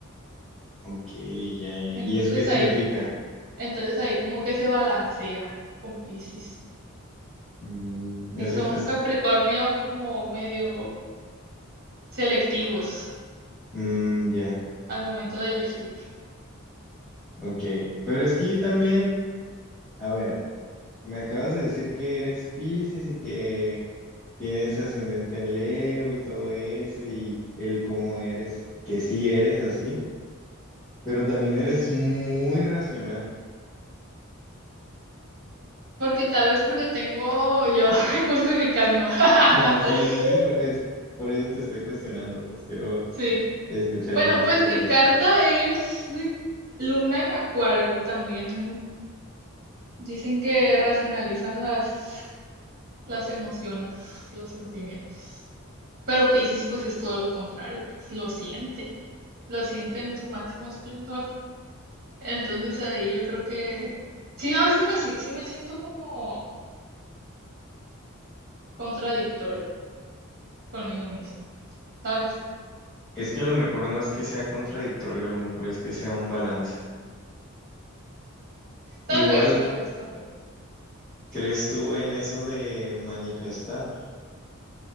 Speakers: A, in the centre; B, on the right (about 45°).
A: Ok, ya, ya.
B: entonces
A: ¿Y eso qué significa?
B: ahí, entonces ahí como que se balancea con Piscis.
A: Mm,
B: Si
A: o sea,
B: son
A: estás...
B: Capricornio como medio selectivos
A: mm, ya,
B: al momento de elegir.
A: ok. Pero es que yo también... A ver. Me acabas de decir que eres Piscis y que tienes ascendente en Leo y todo eso y el cómo eres, que sí eres así, pero también eres muy racional. <laughs>
B: Porque tal vez porque tengo yo <laughs> justificando. <laughs>
A: Ah, sí, sí, sí, por, es- por eso te estoy cuestionando, pues quiero
B: Sí.
A: escuchar
B: Bueno,
A: qué tienes
B: pues
A: para
B: mi
A: decir.
B: carta es de Luna en Acuario. También dicen que racionalizan las, las emociones, los sentimientos. Pero Piscis pues es todo lo contrario, pues lo siente, lo siente en su máximo esplendor. Entonces ahí yo creo que sí, a veces me, si- sí me siento como contradictorio conmigo misma, ¿sabes?
A: Es que a lo mejor no es que sea contradictorio, a lo mejor es que sea un balance.
B: Tal
A: Igual,
B: vez, tal vez también.
A: ¿crees tú en eso de manifestar?